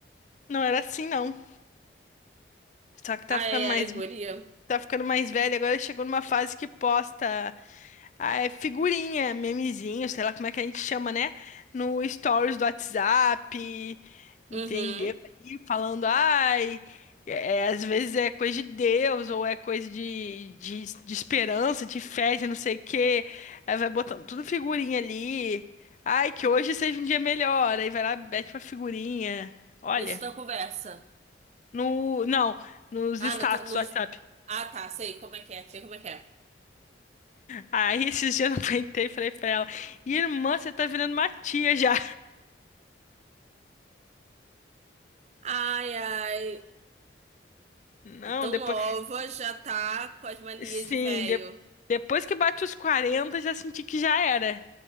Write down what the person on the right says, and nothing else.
Ai,
ai,
ai, guria.
Uhum.
Isso na conversa.
Ah,
no, nos...
ah, tá, sei como é que é, sei como é que é.
Ai, ai,
tão
nova, já tá com as manias
de velho.